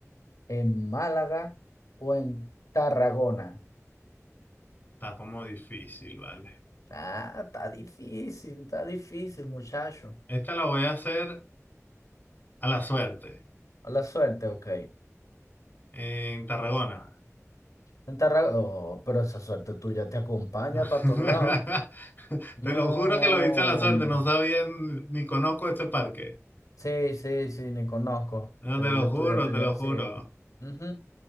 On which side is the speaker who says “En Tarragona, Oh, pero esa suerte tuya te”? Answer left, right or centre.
Left